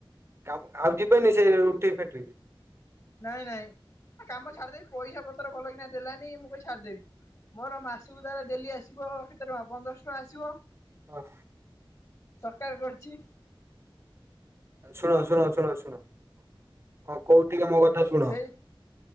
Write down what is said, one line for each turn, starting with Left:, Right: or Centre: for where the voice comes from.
Right: କାମ ଆଉ ଯିବେନି ସେ ରୁଟି ଫ୍ୟାକ୍ଟ୍ରି କି?
Left: ନାଇଁ ନାଇଁ କାମ ଛାଡିଦେବି ପଇସା ପତ୍ର ଭଲ କିନା ଦେଲାନି ମୁଁ କାମ ଛାଡିଦେବି। ମୋର ମାସକୁ ଧର ଡେଲି ଆସିବ କେତେ ଟଙ୍କା ପନ୍ଦର ଶହ ଟଙ୍କା ଆସିବ
Right: ହଁ।
Left: ସକାର କରୁଛି।
Right: ଶୁଣ ଶୁଣ ଶୁଣ ଶୁଣ। କଣ କୋଉ ଟିକେ ମୋ କଥା ଶୁଣ
Left: ସେଇ